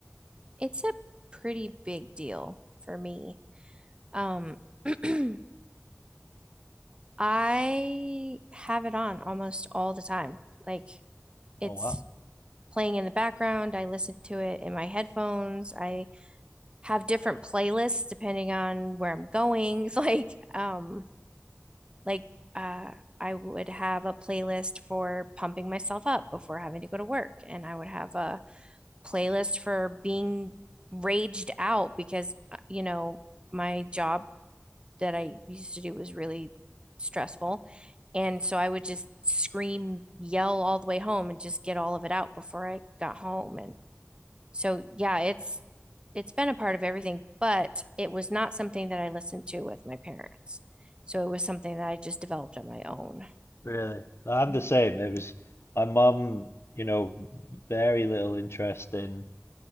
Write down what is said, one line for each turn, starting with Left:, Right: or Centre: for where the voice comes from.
Right: It's a pretty big deal for me. Um, <clears throat> I have it on almost all the time. Like it's
Left: Oh, wow.
Right: playing in the background. I listen to it in my headphones. I have different playlists depending on where I'm going. <laughs> Like, um, like uh I would have a playlist for pumping myself up before having to go to work, and I would have a playlist for being raged out because, uh, you know, my job that I used to do was really stressful. And so I would just scream, yell all the way home and just get all of it out before I got home. And so, yeah, it's it's been a part of everything, but it was not something that I listened to with my parents. So it was something that I just developed on my own.
Left: Really, Well, I'm
Right: Mhm.
Left: the same. It was my mum, you know, very little interest in